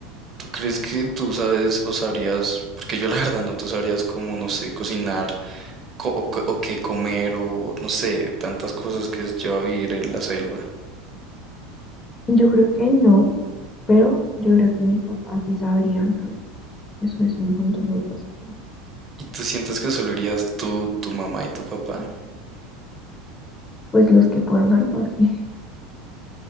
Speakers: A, on the right; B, on the left.
A: ¿Tú crees que tú sabes o sabrías, porque yo la verdad no, tú sabrías cómo, no sé, cocinar? co- o, co- o qué comer o no sé, tantas cosas que es lleva a vivir en la selva.
B: yo creo que no, pero yo creo que mi papá sí sabría, entonces eso es un punto muy positivo.
A: Y tú sientes que solo irías tú, tu mamá y tu papá.
B: Pues los que puedan salvarse. <laughs>